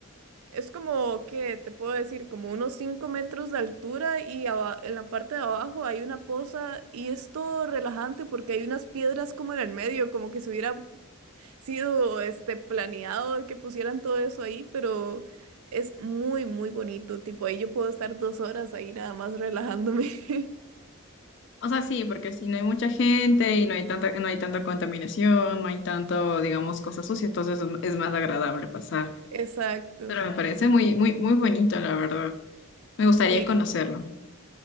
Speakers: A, on the right; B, on the left.
A: es como, ¿qué te puedo decir? Como unos 5 metros de altura y aba- en la parte de abajo hay una poza y es todo relajante porque hay unas piedras como en el medio, como que se hubiera sido este planeado que pusieran todo eso ahí, pero es muy, muy bonito. Tipo, ahí yo puedo estar dos horas ahí nada más relajándome. <laughs>
B: O sea, sí, porque si no hay mucha gente y no hay tanta, no hay tanta contaminación, no hay tanto, digamos, cosas sucias, entonces es es más agradable pasar.
A: Exacto.
B: Pero me parece muy, muy, muy bonito, la verdad. Me gustaría
A: Sí.
B: conocerlo.